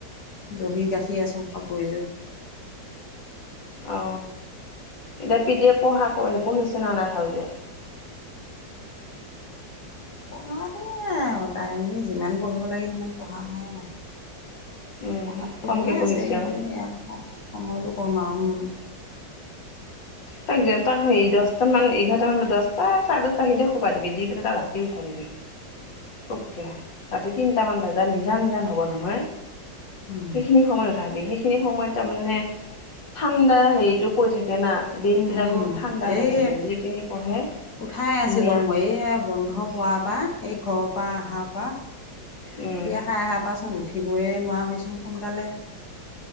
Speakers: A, on the left; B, on the left.
A: দহি গাঠী আছুঙ কাপোৰ এযোৰ
B: অ এতিয়া পিটিয়ে পঢ়া পঢ়িছেনা নাই ভালকে?
A: কোনোমতে আৰু তাইমানে যিমান পঢ়িব লাগে সিমান পঢ়া নাই আৱ
B: উম
A: পঢ়াত পঢ়িয়ে
B: কমকে পঢ়িছে
A: আছে কিন্তু
B: আৰু
A: সেয়া সময়তটো কম আৰু উম
B: তাক তাক হ দহটা মান, এঘাৰটা মান দহটা চাৰে দহটা খিনিতে সোবা দিবি দি পেলাই তাক ৰাতি উঠাই দিবি অকে ৰাতি তিনটামান বজাত নিজান নিজান হব নহয়
A: উম
B: সেইখিনি সময়ত উঠাবি সেইখিনি সময়ত তাৰমানে ঠাণ্ডা হেৰিটো পৰি থাকে না বিন বিলাকো
A: উম
B: ঠাণ্ডা হৈ
A: এই
B: থাকে যিখিনি পঢ়ে
A: উঠাই
B: ধুনীয়া
A: আছিলো মই এইয়া বন্ধ পোৱা সেই ঘৰৰ পৰা অহাৰ পৰা
B: উম
A: বিয়া খাই অহাৰ পৰাচোন উঠি উঠিবই নোৱাৰা হৈছোঁ সোনকালে।